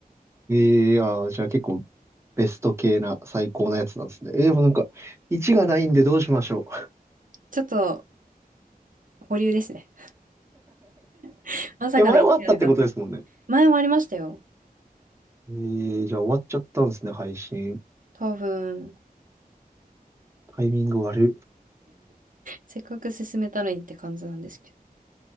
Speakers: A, on the right; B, on the right.
A: えー、あー、じゃあ結構ベスト系な最高なやつなんですね。えー、でもなんか、1がないんでどうしましょう。
B: ちょっと、保留ですね。<laughs>
A: <laughs>
B: まさかの一位じゃなかった
A: え、前はあったってことですもんね。
B: 前もありましたよ。
A: えー、じゃあ終わっちゃったんですね、配信。
B: 多分、
A: タイミング悪い。
B: せっかく進めたのにって感じなんですけど。